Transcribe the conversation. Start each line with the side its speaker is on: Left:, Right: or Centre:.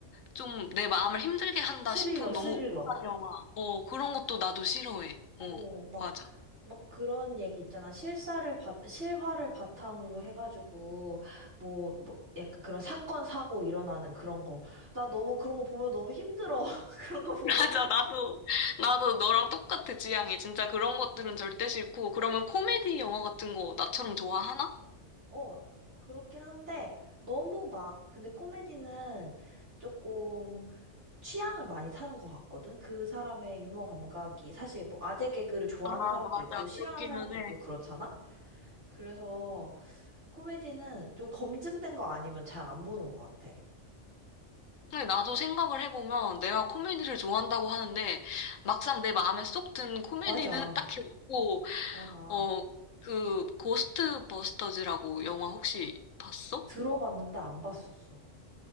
Left: 좀 내 마음을 힘들게 한다
Right: 스릴러,
Left: 싶은
Right: 스릴러.
Left: 너무 우울한 영화. 어, 그런 것도 나도 싫어해. 어,
Right: 어, 막,
Left: 맞아.
Right: 막 그런 얘기 있잖아. 실사를 바, 실화를 바탕으로 해가지고, 뭐, 뭐, 약간 그런 사건, 사고 일어나는 그런 거. 나 너무 그런 거 보면 너무 힘들어. <laughs> 그런 거
Left: <laughs>
Right: 보면.
Left: 맞아, 나도, 나도 너랑 똑같아, 지향이. 진짜 그런 것들은 절대 싫고. 그러면 코미디 영화 같은 거 나처럼 좋아하나?
Right: 어, 그렇긴 한데, 너무 막, 근데 코미디는 조금 취향을 많이 타는 것 같거든? 그 사람의 유머 감각이 사실 뭐 아재 개그를 좋아하는
Left: 아,
Right: 사람도
Left: 맞아.
Right: 있고,
Left: 그렇기는
Right: 싫어하는 사람도
Left: 해.
Right: 있고, 그렇잖아? 그래서, 코미디는 좀 검증된 거 아니면 잘 안 보는 것 같아.
Left: 근데 나도 생각을 해보면 내가 코미디를 좋아한다고 하는데 막상 내 마음에 쏙 든 코미디는
Right: 맞아,
Left: <laughs> 딱히 없고,
Right: 맞아.
Left: 어, 그, 고스트 버스터즈라고 영화 혹시 봤어?
Right: 들어봤는데 안 봤었어.